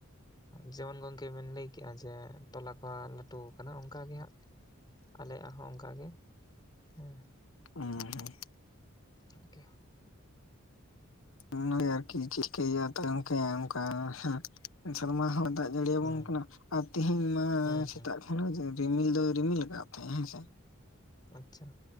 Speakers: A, on the left; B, on the left.
A: ᱡᱮᱢᱚᱱ ᱜᱚᱝᱠᱮ ᱵᱮᱱ ᱞᱟᱹᱭ ᱼᱼ ᱠᱮᱫᱼᱟ ᱡᱮ ᱛᱚᱞᱟ ᱠᱚ ᱦᱟᱸᱜ ᱞᱟᱹᱴᱩ ᱠᱟᱱᱟ ᱚᱱᱠᱟ ᱜᱮ ᱦᱟᱸᱜ ᱼᱼ ᱟᱞᱮᱭᱟᱜ ᱦᱚᱸ ᱚᱱᱠᱟ ᱜᱮ ᱦᱮᱸ।
B: ᱩᱸ ᱦᱩᱸ।
A: ᱟᱨᱠᱤ᱾
B: ᱚᱱᱟ ᱜᱮ ᱟᱨᱠᱤ ᱪᱤᱠᱟᱹᱭᱟ ᱛᱟᱭᱚᱢ ᱛᱮ ᱚᱱᱠᱟ ᱦᱮᱸ ᱥᱮᱨᱢᱟ ᱦᱚᱸ ᱼᱼ ᱫᱟᱜ ᱡᱟᱹᱲᱤᱭ ᱟᱵᱚᱱ
A: ᱦᱩᱸ
B: ᱠᱟᱱᱟ। ᱟᱨ ᱛᱮᱦᱮᱧ ᱢᱟ
A: ᱦᱩᱸ
B: ᱥᱮᱛᱟᱜ
A: ᱦᱩᱸ
B: ᱠᱷᱚᱱᱟᱜ ᱜᱮ ᱨᱤᱢᱤᱞ ᱫᱚᱭ ᱨᱤᱢᱤᱞ ᱟᱠᱟᱫ ᱛᱟᱦᱮᱸᱜᱼᱟ। ᱦᱮᱸ ᱥᱮ?
A: ᱟᱪᱪᱷᱟ।